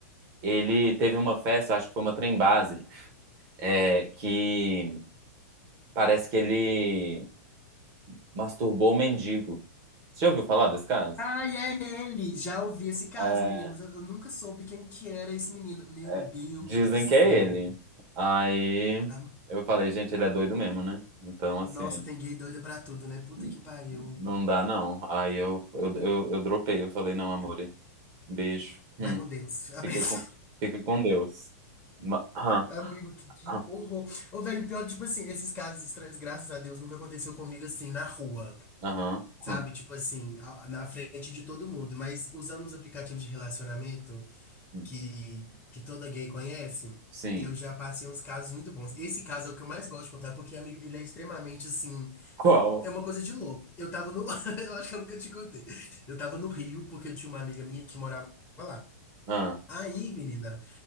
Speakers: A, on the right; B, on the left.
A: ele teve uma festa, eu acho que foi uma trem base, é, que parece que ele. Masturbou o mendigo. Você já ouviu falar desse caso?
B: Ai, é ele! Já ouvi esse caso,
A: É,
B: menino, mas eu, eu nunca soube quem que era esse menino. Meu
A: é,
B: Deus
A: dizem
B: do céu.
A: que é ele. Aí
B: Ah,
A: eu falei, gente, ele é doido mesmo, né? Então, assim,
B: Nossa, tem gay doida pra tudo, né? Puta
A: n-
B: que pariu.
A: não dá não. Aí eu, eu, eu, eu dropei, eu falei, não, amor, beijo.
B: Vai
A: Hum,
B: com Deus. <laughs> Abençoe.
A: fica com, fica com Deus. Ma- aham,
B: Amigo, que, que
A: aham,
B: horror. Ô, velho, pior, tipo assim, esses casos estranhos, graças a Deus, nunca aconteceu comigo assim, na rua.
A: aham,
B: Sabe?
A: hum,
B: Tipo assim, a- na frente de todo mundo. Mas usando os aplicativos de relacionamento
A: hum.
B: que, que toda gay conhece,
A: Sim.
B: eu já passei uns casos muito bons. Esse caso é o que eu mais gosto de contar, porque, amigo, ele é extremamente assim.
A: Qual?
B: É uma coisa de louco. Eu tava no. <laughs> Eu acho que eu nunca te contei. Eu tava no Rio, porque eu tinha uma amiga minha que morava lá.
A: Ah,
B: Aí, menina.